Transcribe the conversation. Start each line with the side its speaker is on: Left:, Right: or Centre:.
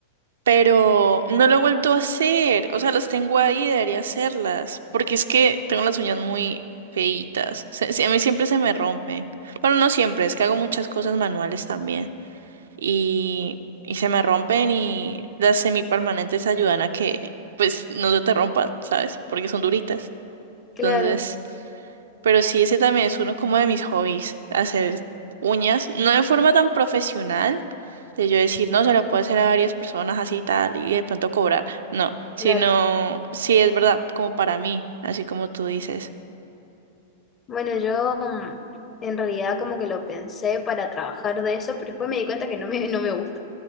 Right: pero no lo he vuelto a hacer, o sea, las tengo ahí, debería hacerlas, porque es que tengo las uñas muy feitas, se- se- a mí siempre se me rompen, bueno, no siempre, es que hago muchas cosas manuales también y, y se me rompen y las semipermanentes ayudan a que pues no se te rompan, ¿sabes? Porque son duritas, entonces...
Left: claro,
Right: Pero sí, ese también es uno como de mis hobbies, hacer uñas, no de forma tan profesional, de yo decir, no, se lo puedo hacer a varias personas así y tal, y de pronto cobrar, no, sino,
Left: claro.
Right: sí es verdad, como para mí, así como tú dices.
Left: Bueno, yo mm, en realidad como que lo pensé para trabajar de eso, pero después me di cuenta que no me, no me gusta.